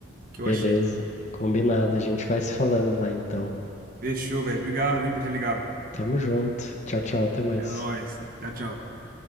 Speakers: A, on the right; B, on the left.
A: que eu
B: beleza.
A: achei.
B: Combinado, a gente vai se falando lá então.
A: Fechou, velho. Obrigado, viu, por ter ligado.
B: Tamo junto. Tchau, tchau. Até mais.
A: É nóis. Tchau, tchau.